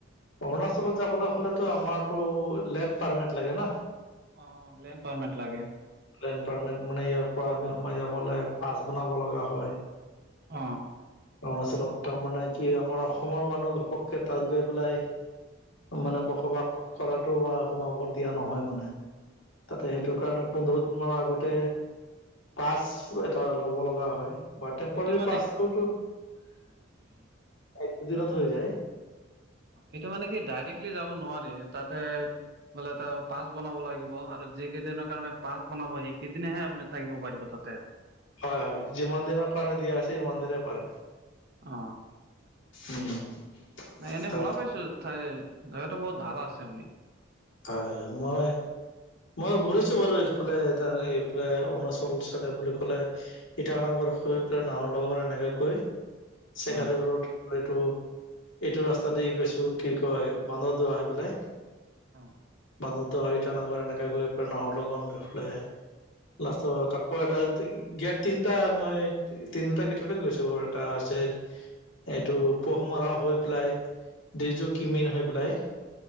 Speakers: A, on the left; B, on the right.
A: অৰুণাচলত যাবলৈ হ'লেতো আমাৰতটো লেণ্ড পাৰ্মিট লাগে ন?
B: অ', লেন পাৰমেণ্ট লাগে।
A: লেন পাৰ্মেণ্ট মানে ইয়াৰ পৰা আমি সোমাই যাবলৈ পাছ বনাব লগা হয়।
B: অ'।
A: অৰুণাচলত তাৰমানে কি আমাৰ অসমৰ মানুহ ঘপককৈ তাত গৈ পেলাই মানে বসবাস কৰাতো বা সোমাব দিয়া নহয় মানে। তাতে সেইটো কাৰণে পোন্ধৰ দিন মানৰ আগতে পাচ এটা লব লগা হয়। বা টেম্পৰৰি
B: এইটো মানে
A: পাচ <unintelligible> দিনত হৈ যায়।
B: এইটো মানে কি ডাইৰেক্টলি যাব নোৱাৰি তাতে। বোলে এটা পাচ বনাব লাগিব আৰু যি কেইদিনৰ কাৰণে পাছ বনাব সেইকেইদনেহে আপুনি থাকিব পাৰিব তাতে।
A: হয় হয়, যিমান দিনৰ কাৰণে দিয়া আছে সিমান দিনে পাৰে।
B: অ'
A: উম
B: না এনে
A: তাত
B: শুনা পাইছো তাই জাগাতটো বহুত ভাল আছে বুলি।
A: হয় হয় মই মই ঘূৰিছো বাৰু এইফালে এইফালে অৰুণাচল চাইডে বুলি ক'লে ইটানগৰ হৈ পেলাই নাৱৰ লগত এনেকে গৈ চেগালী
B: অ'।
A: ৰ'ড এইটো এইটো ৰাস্তাতে গৈছো কি কয় বানদৰ দোৱা হৈ পেলাই।
B: অ'।
A: বান্ধৰদুৱা ইটানগৰ এনেকা গৈ পেলাই নহৰ লগন এইফালে লাষ্টৰ তাকৌ এটা গেট তিনিটা মই তিনিটা গেটত গৈছো বাৰু এটা হৈছে এইটো পোহ মৰা হৈ পেলাই ডিজ কিমিন হৈ পেলাই